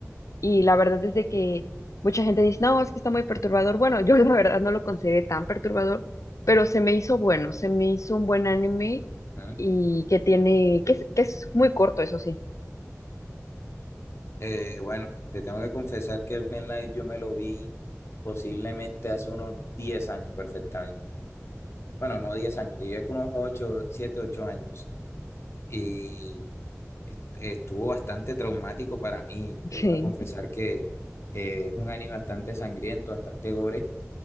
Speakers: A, on the left; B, on the left.
A: y la verdad es de que mucha gente dice, no, es que está muy perturbador. Bueno, yo <laughs> la verdad no lo consideré tan perturbador, pero se me hizo bueno, se me hizo un buen anime
B: ujú.
A: y que tiene, que es, que es muy corto, eso sí
B: Eh, bueno, te tengo que confesar que el Light yo me lo vi posiblemente hace unos 10 años perfectamente. Bueno, no 10 años, diría que unos 8 7 8 años. Y est- estuvo bastante traumático para mí. Te
A: Sí,
B: voy a confesar que eh, es un anime bastante sangriento, bastante gore.